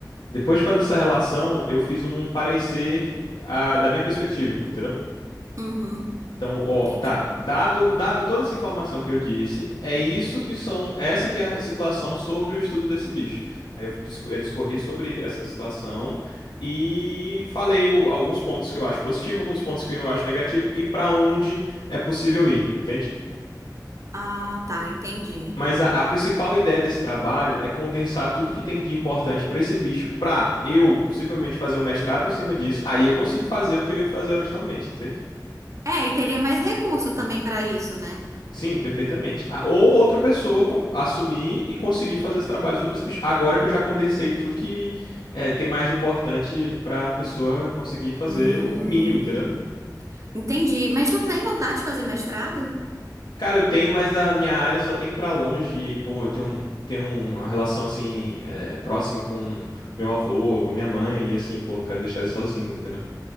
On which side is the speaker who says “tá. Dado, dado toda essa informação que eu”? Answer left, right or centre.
Left